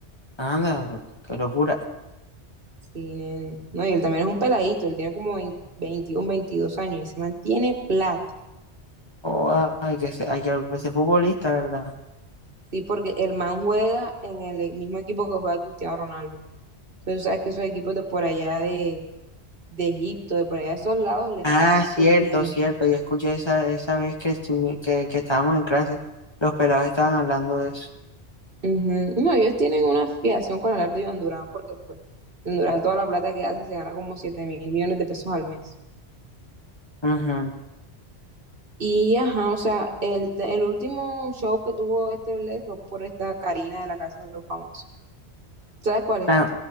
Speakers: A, on the left; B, on the right.
A: Anda, pues, qué locura.
B: Sí, nene. No, y él también es un peladito. Él tiene como 20 21, 22 años y se mantiene plata.
A: Oh, ah, hay que ser, hay que volverse futbolista, ¿verdad?
B: Sí, porque el man juega en el e, mismo equipo que juega Cristiano Ronaldo. Entonces, tú sabes que esos equipos de por allá de, de Egipto, de por allá de esos lados, les
A: Ah,
B: pagan
A: cierto,
B: full bien.
A: cierto. Yo escuché esa, esa vez que, estuve, que, que estábamos en clase, los pelados estaban hablando de eso.
B: Ujú. No, ellos tienen una fijación con hablar de Iván Durán, porque pues Iván Durán toda la plata que hace se gana como siete mil millones de pesos al mes.
A: Ujú.
B: Y ajá, o sea, el, el último show que tuvo este Bless fue por esta Karina de la Casa de los Famosos. ¿Sabes cuál es?
A: Ah,